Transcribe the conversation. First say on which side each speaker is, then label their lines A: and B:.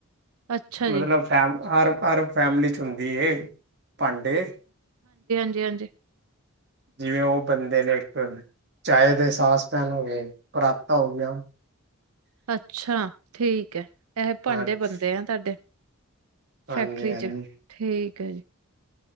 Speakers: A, on the right; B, on the right.
A: ਅੱਛਾ
B: ਮਤਲਬ
A: ਜੀ,
B: ਫੈਮ ਅਰਬ - ਅਰਬ ਫੈਮਲੀ ਚ ਹੁੰਦੀ ਏ। ਭਾਂਡੇ?
A: ਜੀ ਹਾਂ ਜੀ।
B: ਜਿਵੇਂ ਉਹ ਬਣਦੇ ਨੇ, ਇੱਕ ਚਾਹ ਦੇ ਸਾਸ ਪੈਨ ਹੋ ਗਏ ਪਰਾਤਾ ਹੋਗੀਆਂ।
A: ਅੱਛਾ! ਠੀਕ ਏ। ਐਹੇ ਭਾਂਡੇ
B: ਹਾਂਜੀ
A: ਬਣਦੇ ਹੈ, ਤੁਹਾਡੇ।
B: ਹਾਂਜੀ
A: ਫੈਕਟਰੀ
B: ਹਾਂਜੀ
A: ਚ, ਠੀਕ ਹੈ ਜੀ।